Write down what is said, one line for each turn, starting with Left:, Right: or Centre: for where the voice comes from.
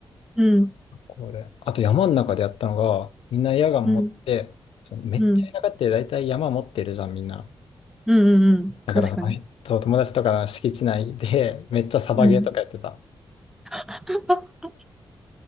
Centre: うん。
Left: こうで。あと山の中でやったのが、みんなエアガン持って、
Centre: うん。
Left: そのめっちゃ田舎って大体山持ってるじゃん、
Centre: うん。
Left: みんな。
Centre: うん。うん。うん確かに。
Left: だからその、そう、友達とかの敷地内で、めっちゃサバゲーとかやってた。
Centre: うん。<laughs>